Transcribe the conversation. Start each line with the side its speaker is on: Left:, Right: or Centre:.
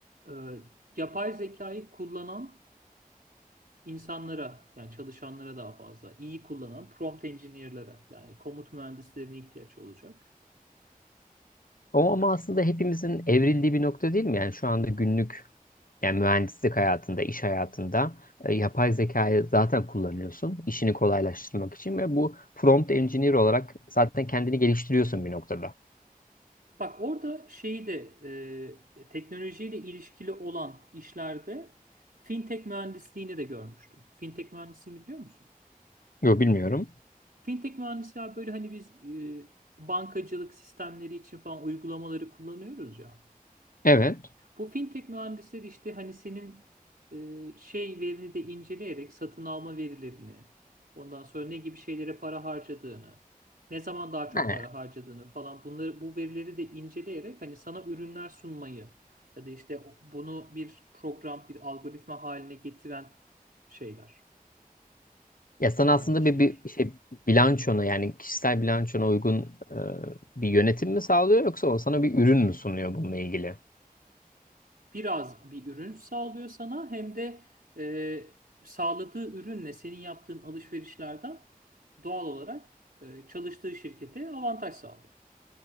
Right: Ee, yapay zekayı kullanan insanlara yani çalışanlara daha fazla iyi kullanan prompt engineer'lara yani komut mühendislerine ihtiyaç olacak.
Left: O ama aslında hepimizin evrildiği bir nokta değil mi? Yani şu anda günlük yani mühendislik hayatında, iş hayatında e, yapay zekayı zaten kullanıyorsun. işini kolaylaştırmak için ve bu prompt engineer olarak zaten kendini geliştiriyorsun bir noktada.
Right: Bak orada şeyi de e, teknolojiyle ilişkili olan işlerde fintech mühendisliğini de görmüştüm. Fintech mühendisliğini biliyor musun?
Left: Yok bilmiyorum.
Right: Fintech mühendisi ya böyle hani biz e, bankacılık sistemleri için falan uygulamaları kullanıyoruz ya.
Left: Evet.
Right: Bu fintech mühendisleri işte hani senin e, şey verini de inceleyerek satın alma verilerini, ondan sonra ne gibi şeylere para harcadığını, ne zaman daha çok
Left: Ha,
Right: para harcadığını falan bunları bu verileri de inceleyerek hani sana ürünler sunmayı ya da işte bunu bir program, bir algoritma haline getiren şeyler,
Left: Ya sen
Right: ha,
Left: aslında
Right: kişiler.
Left: bir, bir şey bilançona yani kişisel bilançona uygun e, bir yönetim mi sağlıyor yoksa o sana bir ürün mü sunuyor bununla ilgili?
Right: biraz bir ürün sağlıyor sana hem de e, sağladığı ürünle senin yaptığın alışverişlerden doğal olarak e, çalıştığı şirkete avantaj sağlıyor.